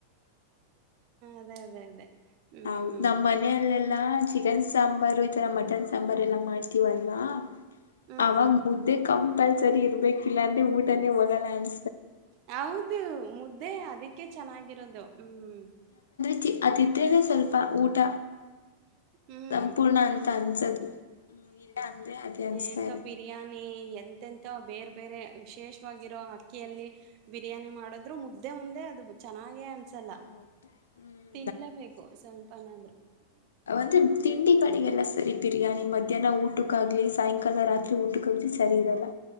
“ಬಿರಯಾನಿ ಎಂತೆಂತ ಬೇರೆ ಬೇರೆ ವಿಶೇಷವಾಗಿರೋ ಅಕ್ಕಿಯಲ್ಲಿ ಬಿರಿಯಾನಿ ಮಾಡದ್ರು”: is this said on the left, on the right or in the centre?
Right